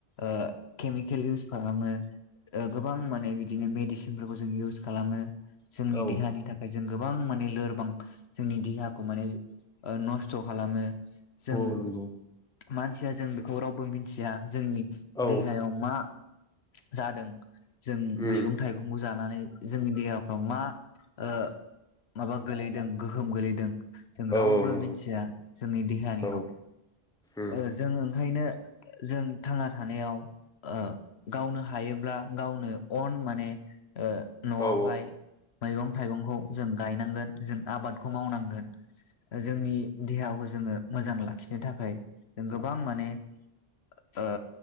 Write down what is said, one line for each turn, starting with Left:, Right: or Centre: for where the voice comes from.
Left: ओ केमिकेल इउस खालामो ओ गोबां माने बिदिनो मेडिसिनफोरखौ जों इउस खालामो जोंनि
Centre: औ
Left: देहानि थाखायजो जों गोबां माने लोरबां जोंनि देहा खौ माने ओ नस्थ' खालामो। जों
Centre: अ नंगौ।
Left: मानसिया जों बेखौ रावबो मिनथिया, जोंनि
Centre: औ
Left: देहायाव मा जादों जों मैगं
Centre: उम
Left: थाइगंखौ जानानै। जोंनि देहा फ्राव मा ओ माबा गोलैदों गोहोम गोलैदों। जों रावबो
Centre: औ औ नंगौ
Left: मिथिया। जोंनि देहानिखौ
Centre: औ उम
Left: ओ जों ओंखायनो ओ जों। थांना थानायाव ओ गावनो हायोब्ला गावनो अन माने। ओ न'आवहाय
Centre: औ
Left: मैगं थाइगंखौ जों गायनांगोन जों आबादखौ मावनांगोन। जोंनि देहाखौ जोङो मोजां लाखिनो थाखाय जों गोबां माने ओ